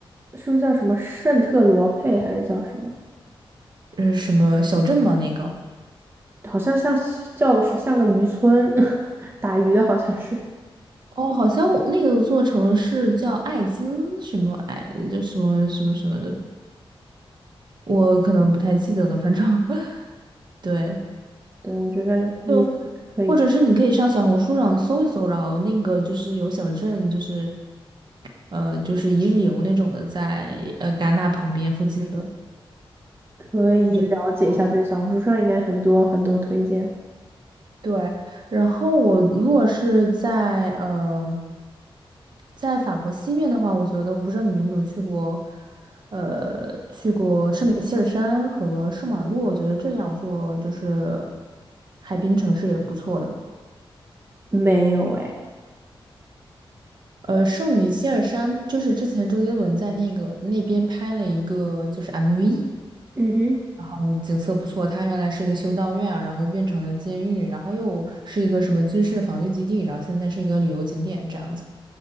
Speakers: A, on the right; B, on the right.
A: 是不是叫什么圣特罗佩还是叫什么？
B: 嗯，什么小镇嘛那个。
A: 好像像叫是像个渔村，<laughs> 打鱼的好像是。
B: 哦，好像我那个座城市叫艾滋什么艾，就什么什么什么的，我可能不太记得了，反正 <laughs> 对，
A: 对，我觉得你。
B: 就
A: 可以去。
B: 或者是你可以上小红书上搜一搜，然后那个就是有小镇，就是呃，就是一日游那种的在，呃戛纳旁边附近的，
A: 可以了解一下，
B: 我觉得。
A: 对，小红书上应该很多很多推荐。
B: 对，然后我如果是在呃，在法国西边的话，我觉得我不知道你有没有去过，呃，去过圣米歇尔山和圣马洛，我觉得这两座就是海滨城市也不错的。
A: 没有哎，
B: 呃，圣米歇尔山就是之前周杰伦在那个那边拍了一个就是 MV，
A: 嗯哼，
B: 然后景色不错。它原来是一个修道院，然后又变成了监狱，然后又是一个什么军事防御基地，然后现在是一个旅游景点这样子。